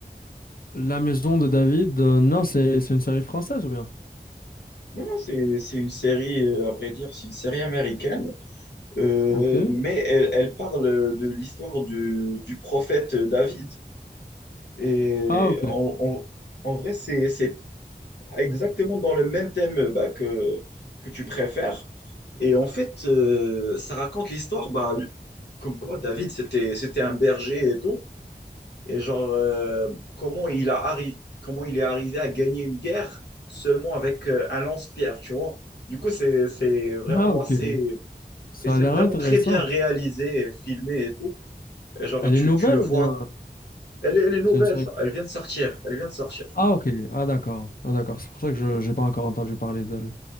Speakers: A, on the left (about 60°); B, on the left (about 85°).
A: La Maison de David, euh, non, c'est c'est une série française ou bien?
B: Non, non, c'est, c'est une série, euh, à vrai dire, c'est une série américaine, euh,
A: Ok.
B: mais elle, elle parle de l'histoire du, du prophète David. Et
A: Ah, ok.
B: en, en- en vrai, c'est, c'est pas exactement dans le même thème euh, bah, que, que tu préfères. Et en fait, euh, ça raconte l'histoire bah, du- comme quoi David, c'était, c'était un berger et tout. Et genre, euh, comment il a arri- comment il est arrivé à gagner une guerre seulement avec euh, un lance-pierre, tu vois? Du coup, c'est, c'est vraiment
A: Ah, ok.
B: assez...
A: Ça
B: Et c'est
A: a l'air
B: vraiment
A: intéressant.
B: très bien réalisé, et filmé et tout. Et genre,
A: Elle
B: tu,
A: est nouvelle
B: tu le vois.
A: ou bien
B: Elle, est- elle est nouvelle,
A: c'est une série?
B: ça. Elle vient de sortir. Elle vient de sortir.
A: Ah, ok. Ah, d'accord. Ah, d'accord. C'est pour ça que je n'ai pas encore entendu parler d'elle.